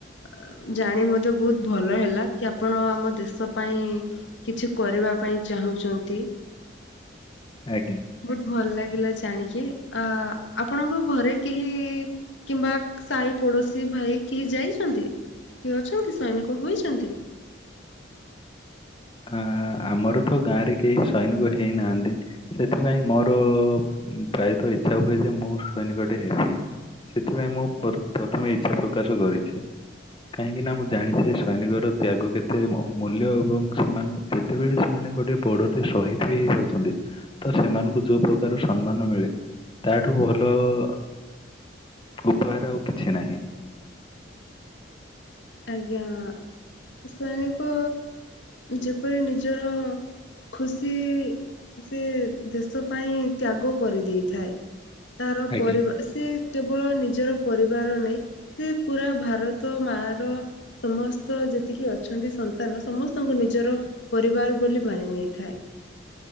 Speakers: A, on the left (about 75°); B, on the left (about 25°).
A: ଅ ଜାଣି ମଧ୍ୟ ବୋହୁତ ଭଲ ହେଲା କି ଆପଣ ଆମ ଦେଶ ପାଇଁ କିଛି କରିବା ପାଇଁ ଚାହୁଁଚନ୍ତି।
B: ଆଜ୍ଞା।
A: ଭଲ ଲାଗିଲା ଜାଣିକି ଆ ଆପଣଙ୍କ ଘରେ କେହି କିମ୍ବା ସାହି ପଡ଼ୋଶୀ ଭାଇ କେହି ଯାଇଛନ୍ତି, କି ଅଛନ୍ତି ସୈନିକ ହୋଇଛନ୍ତି?
B: ଆ ଆମର ତ ଗାଁରେ କେହି ସୈନିକ ହେଇନାହାନ୍ତି। ସେଥିପାଇଁ ମୋର ପ୍ରାୟତଃ ଇଚ୍ଛା ହୁଏ ଯେ ମୁଁ ସୈନିକ ଟେ ହେବି। ସେଥିପାଇଁ ମୁଁ
A: ଆଜ୍ଞା।
B: ପ୍ର ପ୍ରଥମେ ଇଚ୍ଛା ପ୍ରକାଶ କରିଚି। କାହିଁକି ନା ମୁଁ ଜାଣିଛି ଯେ ସୈନିକର ତ୍ୟାଗ କେତେ ମୂଲ୍ୟ ଏବଂ ସେମାନେ ଯେତେବେଳେ ସେମାନେ ଗୋଟେ ବଡରେ ସହିଦ ବି ହେଇଯାଉଛନ୍ତି ତ ସେମାନଙ୍କୁ ଯୋଉ ପ୍ରକାର ସମ୍ମାନ ମିଳେ ତା ଠୁ ଭଲ ଅ ଉପହାର ଆଉ କିଛି ନାହିଁ।
A: ଆଜ୍ଞା। ସୈନିକ ଯେପରି ନିଜର ଖୁସି ସେ ଦେଶ ପାଇଁ ତ୍ୟାଗ କରି ଦେଇଥାଏ। ତାର ପରିବା
B: ଆଜ୍ଞା।
A: ସେ କେବଳ ନିଜର ପରିବାର ନାଇ ସେ ପୁରା ଭାରତ ତ ମା ର ସମସ୍ତ ଯେତିକି ଅଛନ୍ତି ସନ୍ତାନ ସମସ୍ତଙ୍କୁ ନିଜର ପରିବାର ବୋଲି ମାନି ନେଇଥାଏ।